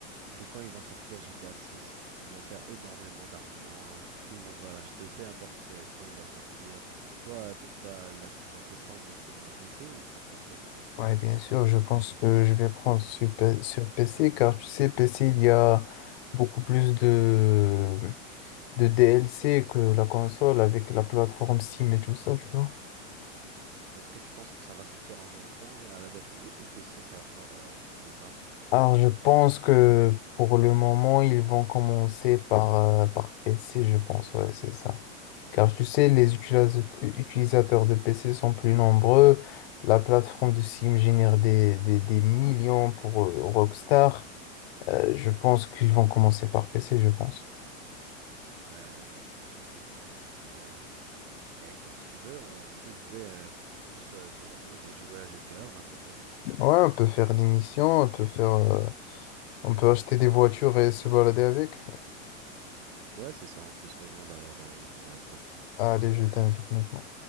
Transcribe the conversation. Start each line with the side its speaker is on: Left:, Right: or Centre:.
Right: que quand ils vont sortir GTA 6, ils vont faire énormément d'argent. Tout le monde va l'acheter, peu importe euh, quand il va sortir. Toi, toi, tu vas l'ach- tu vas te le prendre sur euh, PC ou sur console?
Left: Ouais, bien sûr, je pense que je vais prendre sur, P- sur PC car tu sais, PC, il y a beaucoup plus de, de DLC que la console avec la plateforme Steam et tout ça, tu vois.
Right: Est-ce que tu penses que ça va sortir en même temps euh, à la date limite ou PC ça sort euh, un peu plus tard?
Left: Alors, je pense que pour le moment, ils vont commencer par, euh, par PC, je pense, ouais, c'est ça. Car tu sais, les utilisa- utilisateurs de PC sont plus nombreux. La plateforme de Steam génère des, des, des millions pour euh, Rockstar. Euh, je pense qu'ils vont commencer par PC, je pense.
Right: Ouais, ouais, je pense aussi, c'est vrai. Mais, euh, mais écoute, si tu veux, on peut jouer, euh, on peut se, se rejoindre et jouer à GTA en attendant.
Left: Ouais, on peut faire des missions, on peut faire, euh, on peut acheter des voitures et se balader avec.
Right: Ouais, c'est ça, on peut se rejoindre alors euh, et jouer après.
Left: Allez, je t'invite maintenant.